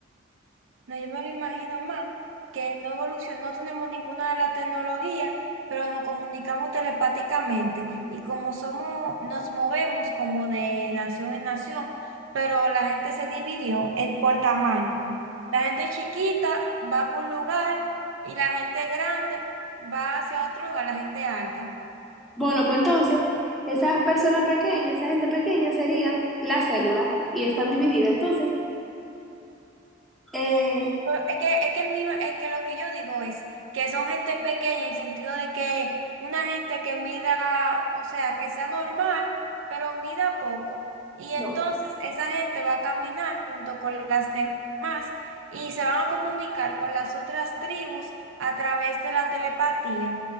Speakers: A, on the right; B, in the centre.
A: No, yo me lo imagino más, que no evolucionó, no tenemos ninguna de las tecnologías, pero nos comunicamos telepáticamente. Y como somos, nos movemos como de nación en nación, pero la gente se dividió en, por tamaño. La gente chiquita va por un lugar y la gente grande va hacia otro lugar, la gente alta.
B: Bueno, pues entonces, esas personas pequeñas, esa gente pequeña serían la célula y están divididas. Entonces, eh,
A: Es que, es que, en mi- es que lo que yo digo es que son gente pequeña en el sentido de que una gente que mida, o sea, que sea normal, pero mida poco. Y
B: no.
A: entonces esa gente va a caminar junto con las demás y se van a comunicar con las otras tribus a través de la telepatía.